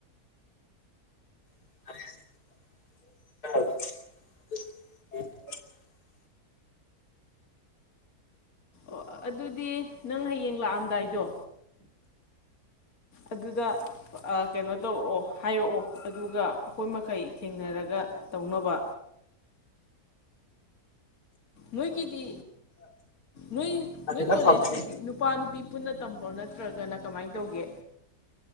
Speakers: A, on the left (about 85°); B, on the left (about 65°).
A: ꯍ
B: ꯑꯣ ꯑꯗꯨꯗꯤ ꯅꯪ ꯍꯌꯦꯡ ꯂꯥꯛꯑꯝꯗꯥꯏꯗꯣ ꯑꯗꯨꯗ ꯀꯩꯅꯣ ꯇꯧꯔꯛꯑꯣ ꯍꯥꯏꯔꯛꯑꯣ ꯑꯗꯨꯒ ꯑꯩꯈꯣꯏ ꯃꯈꯩ ꯊꯦꯡꯅꯔꯒ ꯇꯧꯅꯕ ꯅꯣꯏꯒꯤꯗꯤ ꯅꯣꯏ
A: ꯐꯖꯅ
B: ꯅꯣꯏ ꯀꯣꯂꯦꯖꯇꯨꯗꯤ
A: ꯐꯪꯉꯅꯤ
B: ꯅꯨꯄꯥ ꯅꯨꯄꯤ ꯄꯨꯟꯅ ꯇꯐꯧ ꯅꯠꯇꯦ ꯅꯠꯇ꯭ꯔꯒꯅ ꯀꯃꯥꯏꯅ ꯇꯧꯒꯦ